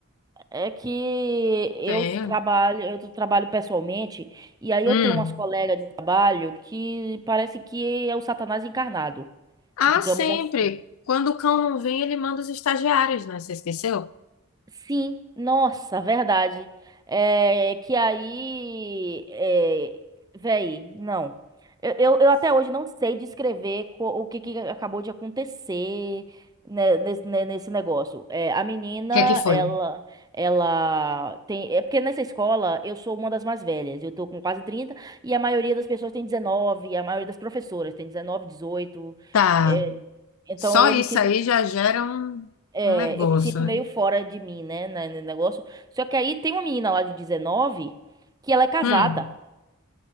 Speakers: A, on the right; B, on the left.
A: É que eu
B: tenho.
A: trabalho, eu tô- trabalho pessoalmente, e aí
B: Hum.
A: eu tenho umas colegas de trabalho que parece que é o Satanás encarnado.
B: Ah,
A: digamos
B: sempre.
A: assim.
B: Quando o cão não vem, ele manda os estagiários, né? Você esqueceu? O
A: Sim, nossa, verdade. É que aí, é, véi, não. Eu, eu, eu até hoje não sei descrever co- o que, que acabou de acontecer né, nes- né, nesse, negócio. É, a menina,
B: que é que foi?
A: ela, ela tem. É porque nessa escola eu sou uma das mais velhas. Eu tô com quase 30 e a maioria das pessoas tem 19, a maioria das professoras tem 19, dezoito
B: Tá.
A: é, então
B: Só
A: eu
B: isso
A: me sinto
B: aí já gera um,
A: É,
B: um negócio,
A: eu me sinto
B: né?
A: meio fora de mim, né, na- no negócio. Só que aí tem uma menina lá de 19 que ela é casada
B: Hum.